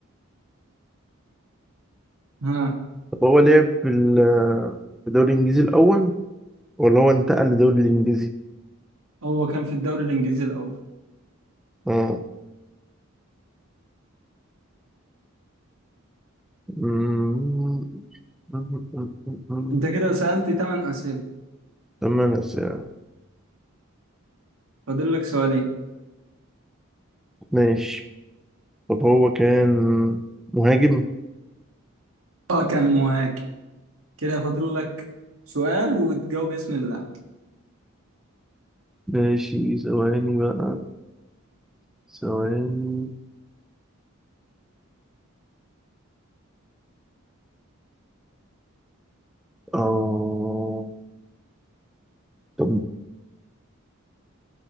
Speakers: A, on the right; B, in the centre.
A: ها
B: طب هو لعب في ال- في الدوري الإنجليزي الأول ولا هو انتقل للدوري الإنجليزي
A: هو كان في الدوري الإنجليزي الأول
B: اه مم. مم. مم. مم.
A: أنت كده سألت تمن أسئلة
B: تمام ساعة
A: فاضل لك سؤالين
B: ماشي طب هو كان مهاجم
A: اه كان مهاجم كده فاضل لك سؤال وتجاوب اسم اللاعب
B: ماشي ثواني بقى ثواني اه طب